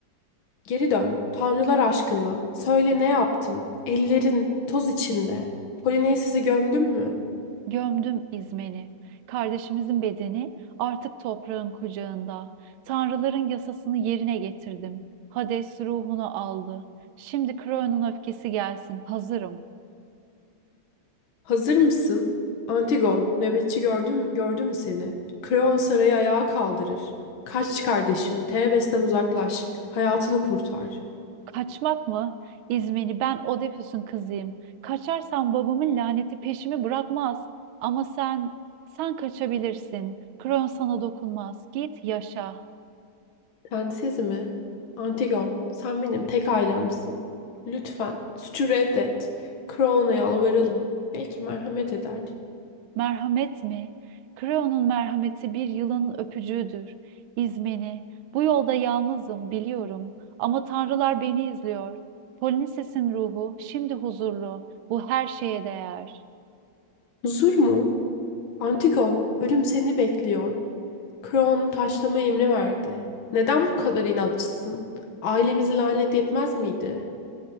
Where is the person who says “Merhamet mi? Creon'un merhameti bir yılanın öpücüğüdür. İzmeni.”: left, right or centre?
Right